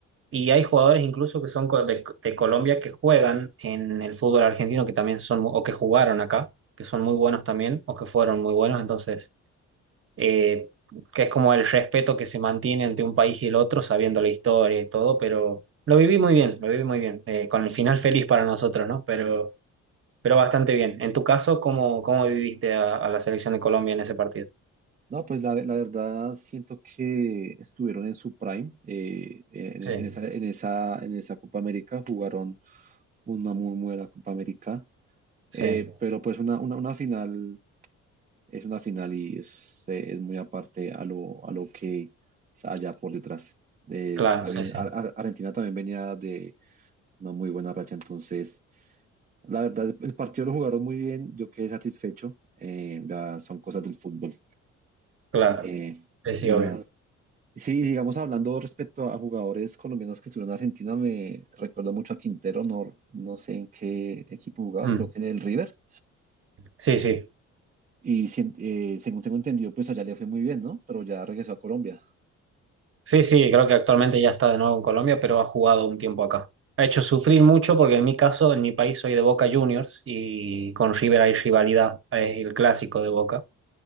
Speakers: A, on the right; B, on the right.
A: Y hay jugadores incluso que son co- de, de Colombia que juegan en el fútbol argentino, que también son, mu- o que jugaron acá, que son muy buenos también, o que fueron muy buenos. Entonces, eh, que es como el respeto que se mantiene entre un país y el otro, sabiendo la historia y todo, pero lo viví muy bien, lo viví muy bien, eh, con el final feliz para nosotros, ¿no? Pero, pero bastante bien. En tu caso, ¿cómo, cómo viviste a, a la selección de Colombia en ese partido?
B: No, pues la, la verdad siento que estuvieron en su prime, eh, en,
A: Sí,
B: en esa, en esa, en esa Copa América, jugaron una muy buena Copa América,
A: sí,
B: eh, pero pues una, una, una final es una final y es, eh, es muy aparte a lo, a lo que haya por detrás. Eh,
A: claro,
B: también
A: sí, sí,
B: Ar- Ar- Argentina también venía de una muy buena racha, entonces la verdad el partido lo jugaron muy bien, yo quedé satisfecho, eh, ya son cosas del fútbol.
A: claro,
B: Eh,
A: sí, sí,
B: y
A: obvio.
B: nada, sí, digamos hablando respecto a jugadores colombianos que estuvieron en Argentina, me recuerdo mucho a Quintero, no, no sé en qué equipo jugaba,
A: Mm,
B: creo que en el River.
A: Sí, sí.
B: Y sin- eh, según tengo entendido, pues allá le fue muy bien, ¿no? Pero ya regresó a Colombia.
A: Sí, sí, creo que actualmente ya está de nuevo en Colombia, pero ha jugado un tiempo acá. Ha hecho sufrir mucho porque en mi caso, en mi país soy de Boca Juniors y con River hay rivalidad, es el clásico de Boca,